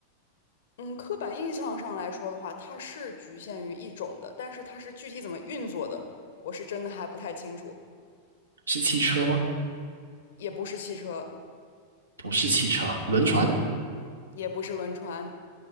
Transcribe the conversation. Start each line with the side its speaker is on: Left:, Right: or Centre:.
Left: 嗯，刻板印象上来说的话，它是局限于一种的，但是它是具体怎么运作的，我是真的还不太清楚。
Right: 是汽车吗？
Left: 也不是汽车，
Right: 不是汽车，轮船
Left: 也不是轮船，